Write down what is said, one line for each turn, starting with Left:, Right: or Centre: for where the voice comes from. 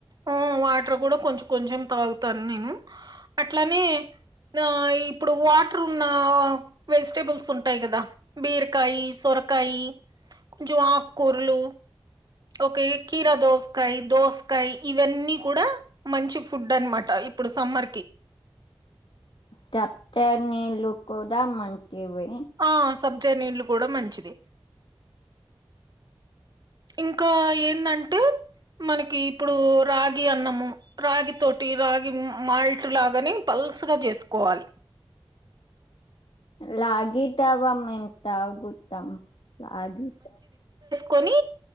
Right: ఆ వాటర్ కూడా కొంచెం కొంచెం తాగుతాను నేను అట్లానే ఆ ఇప్పుడు వాటర్ ఉన్న వెజిటబుల్స్ ఉంటాయి కదా బీరకాయ సొరకాయ కొంచెం ఆకుకూరలు. ఓకే కీరా దోసకాయ దోసకాయ ఇవన్నీ కూడా మంచి ఫుడ్ అనమాట ఇప్పుడు సమ్మర్ కి.
Left: కొబ్బరి నీళ్ళు కూడా మన్ ఇవి
Right: ఆ సబ్జా నీళ్లు కూడా మంచిది ఇంకా ఏమంటే మనకి ఇప్పుడు రాగి అన్నము రాగి తోటి రాగి మాల్ట్ లాగాని పల్సగ చేసుకోవాలి.
Left: రాగి జావా మిల్క్ తగుతామ్ అది
Right: కొని